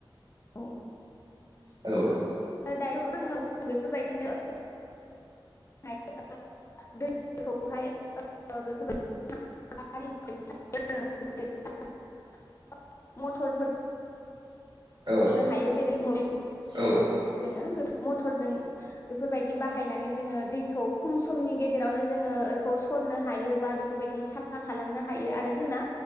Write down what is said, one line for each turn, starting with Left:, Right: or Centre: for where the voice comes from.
Left: औ
Right: औ
Left: दायो गोबां बेफोरबायदिनो <unintelligible> <unintelligible> मटरफोर
Right: औ
Left: नो हायो जेरै <unintelligible>
Right: औ।
Left: जोङो बे मथरजों बेफोरबायदि बाहायनानै जोङो दैखौ खम समनि गेजेरावनो जोङो बेखौ सरनो हायोबा बे बेफोरबायदि साफा खालामनो हायो आरो जोंना